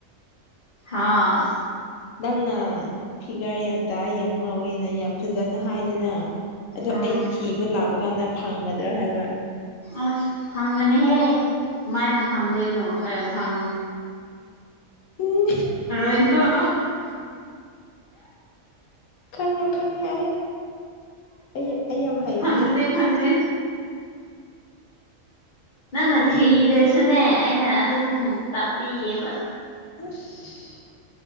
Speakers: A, on the left; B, on the left.
A: ꯍꯥꯥ
B: ꯅꯪꯅ ꯐꯤꯒꯜ ꯌꯥꯝ ꯇꯥꯏ ꯌꯥꯝ ꯉꯧꯋꯦꯅ ꯌꯥꯝ ꯐꯖꯅ ꯍꯥꯏꯗꯥꯅ. ꯑꯗꯣ
A: ꯎꯝ
B: ꯑꯩ ꯊꯤꯕꯥ ꯂꯥꯛꯄꯀꯥꯟꯗ ꯐꯪꯒꯗ꯭ꯔꯥ ꯍꯥꯏꯕ?
A: ꯑꯁ ꯐꯪꯒꯅꯤꯍꯦ ꯀꯃꯥꯏꯅ ꯐꯪꯗꯣꯏꯅꯣ ꯐꯪ
B: ꯎꯝ
A: <unintelligible>
B: ꯈꯪꯉꯦ ꯈꯪꯉꯦ ꯑꯩ ꯑꯩ ꯑꯩ ꯌꯥꯝ ꯍꯩꯕꯅꯦ
A: ꯐꯪꯒꯅꯤ ꯐꯪꯒꯅꯤ ꯅꯪꯅ
B: ꯑꯩ
A: ꯊ꯭ꯔꯤꯗꯔꯁꯨꯅꯦ ꯑꯩꯅ ꯑꯗꯨꯝ ꯇꯥꯛꯄꯤꯒꯌꯦꯕ꯫
B: ꯑꯥꯁ